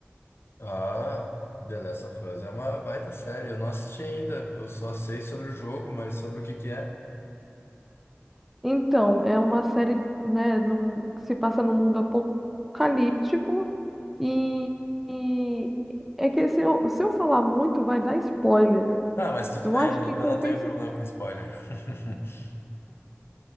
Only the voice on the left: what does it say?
Ah, The Last of Us é uma baita série. Eu não assisti ainda. Eu só sei sobre o jogo, mas sobre o que que é.
Não, mas tudo
bem,
eu não,
eu não tenho problema com spoiler. <laughs>